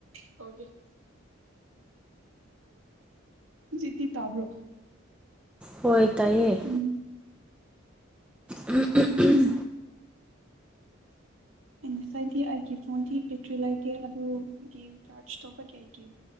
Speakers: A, on the right; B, in the centre.
A: ꯇꯣꯔꯒꯤ ꯍꯧꯖꯤꯛꯇꯤ ꯇꯥꯕ꯭ꯔꯣ
B: ꯍꯣꯏ ꯇꯥꯏꯌꯦ
A: ꯎꯝ
B: ꯎꯝ ꯎꯝ ꯎꯝ
A: ꯑꯩ ꯉꯁꯥꯏꯗꯤ ꯑꯩꯒꯤ ꯐꯣꯟꯗꯤ ꯕꯦꯇ꯭ꯔꯤ ꯂꯩꯇꯦ ꯑꯗꯨꯒꯤ ꯆꯥꯔꯖ ꯇꯧꯕꯒꯤ ꯑꯩꯒꯤ